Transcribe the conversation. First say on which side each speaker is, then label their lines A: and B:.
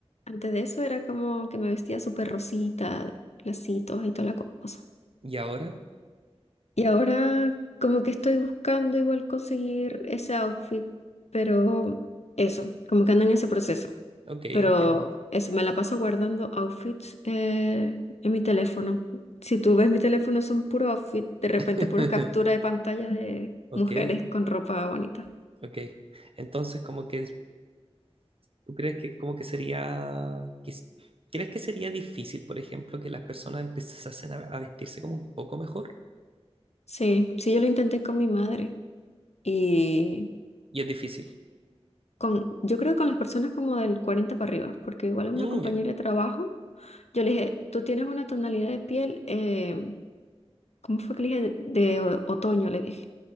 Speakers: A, on the left; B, on the right.
A: antes de eso era como que me vestía súper rosita, lacitos y toda la cosa.
B: Y ahora,
A: Y ahora como que estoy buscando igual conseguir ese outfit, pero eso, como que ando en ese proceso.
B: ok,
A: Pero
B: entiendo.
A: eso, me la paso guardando outfits eh, en mi teléfono. Si tú ves mi teléfono son puros outfits de repente
B: <laughs>
A: puras capturas de pantalla de
B: Ok,
A: mujeres con ropa bonita.
B: ok. Entonces, como que tú crees que como que sería que s- ¿crees que sería difícil, por ejemplo, que las personas empezasen a, a vestirse como un poco mejor?
A: Sí, sí, yo lo intenté con mi madre y
B: Y es difícil.
A: Con, yo creo que con las personas como del 40 para arriba, porque igual a una
B: Mm,
A: compañera
B: ya.
A: de trabajo, yo le dije, tú tienes una tonalidad de piel, eh, ¿cómo fue que le dije? De, de o- otoño, le dije.